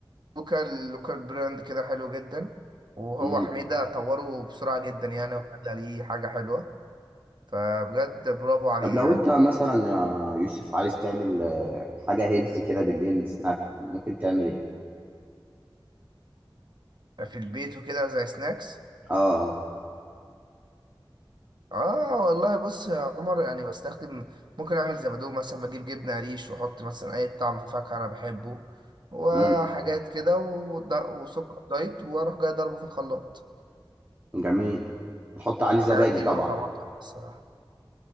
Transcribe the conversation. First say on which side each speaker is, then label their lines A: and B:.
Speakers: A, on the right; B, on the right.
A: لوكال لوكال براند كده حلو جدا وهو
B: امم
A: حميده طوره بسرعه جدا يعني وخلى ليه حاجه حلوه فبجد برافو عليه
B: طب لو
A: يعني
B: انت مثلا يا يوسف عايز تعمل آه، حاجة هيلث كده بالليل سناك ممكن تعمل ايه
A: في البيت وكده زي سناكس
B: اه
A: اه والله بص يا عمر يعني بستخدم ممكن اعمل زبادو مثلا بجيب جبنه قريش واحط مثلا اي طعم فاكهه انا بحبه وحاجات
B: امم
A: كده وض- وسكر دايت واروح جاي ضربه في الخلاط
B: جميل تحط عليه زبادي
A: الحاجات دي
B: طبعا
A: بيبقى طعمها تحفة الصراحه